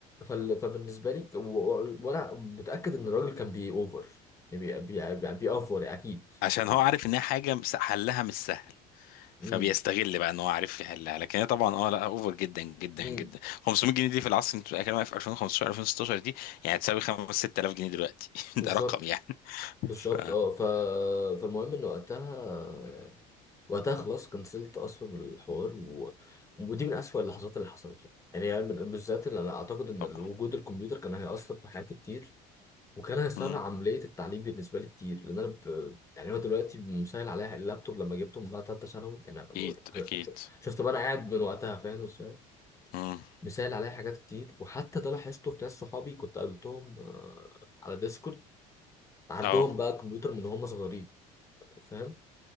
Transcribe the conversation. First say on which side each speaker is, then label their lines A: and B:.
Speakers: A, on the left (about 20°); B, on the left (about 65°).
A: فال... فبالنسبة لي و... و... وأنا متأكد إن الراجل كان بي أوفر يعني بي... بي... بي... بيأفور يعني أكيد
B: عشان
A: يعني
B: هو عارف ان هي حاجه مس- حلها مش سهل فبيستغل
A: امم
B: بقى ان هو عارف يحلها لكن هي طبعا اه لا اوفر جدا جدا
A: امم
B: جدا 500 جنيه دي في العصر اللي انت بتتكلم في 2015 2016 دي يعني تساوي 5 6000 جنيه دلوقتي <laughs>
A: بالظبط
B: ده رقم يعني
A: بالظبط
B: <laughs> ف
A: اه ف... فالمهم ان وقتها وقتها خلاص كنسلت اصلا الحوار و... ودي من اسوأ اللحظات اللي حصلت يعني يعني أنا من- بالذات اللي انا اعتقد ان
B: طبعا
A: وجود الكمبيوتر كان هيأثر في حياتي كتير وكان هيسرع
B: مم.
A: عملية التعليم بالنسبة لي كتير لان انا ب... يعني هو دلوقتي مسهل عليا اللابتوب لما جبته من بعد ثالثة ثانوي يعني انا بقول
B: اكيد اكيد
A: شو- شفت بقى انا قاعد من وقتها فاهم ازاي
B: مم.
A: مسهل عليا حاجات كتير وحتى ده لاحظته في ناس صحابي كنت قابلتهم آه، على ديسكورد عندهم
B: اه
A: بقى كمبيوتر من هم صغيرين فاهم